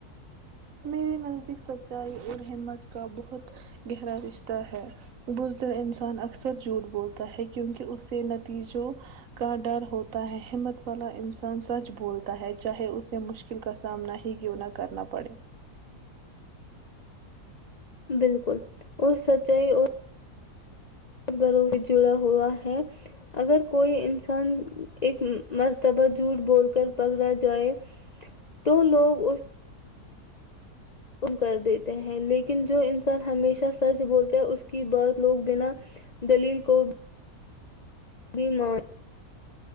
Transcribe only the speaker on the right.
میرے نزدیک سچائی اور ہمت کا بہت گہرا رشتہ ہے بزر انسان اکثر جھوٹ بولتا ہے کیونکہ اسے نتیجوں کا ڈر ہوتا ہے ہمت والا انسان سچ بولتا ہے چاہے اسے مشکل کا سامنا ہی کیوں نہ <unintelligible> کرنا پڑے <unintelligible>